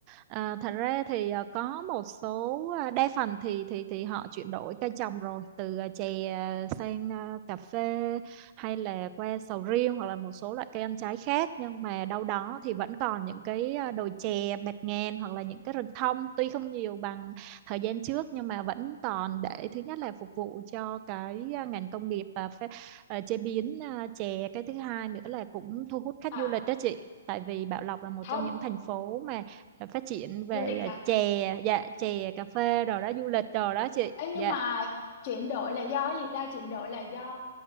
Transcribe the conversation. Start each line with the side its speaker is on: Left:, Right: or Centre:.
Right: À, thật ra thì à, có một số à, đa phần thì thì thì họ chuyển đổi cây trồng rồi từ à, chè à, sang à, cà phê hay là qua sầu riêng hoặc là một số loại cây ăn trái khác nhưng mà đâu đó thì vẫn còn những cái à, đồi chè bạt ngàn hoặc là những cái rừng thông tuy không nhiều bằng thời gian trước nhưng mà vẫn còn để thứ nhất là phục vụ cho cái à, ngành công nghiệp và phê- à, chế biến à, chè cái thứ hai nữa là cũng thu hút khách
Left: à
Right: du lịch đó chị tại vì Bảo Lộc là một
Left: không
Right: trong những thành phố mà là phát triển về
Left: du lịch
Right: à,
Left: hả
Right: chè dạ chè cà phê đồ đó du lịch đồ đó chị
Left: Ê,
Right: dạ
Left: nhưng mà chuyển đổi là do cái gì ta chuyển đổi là do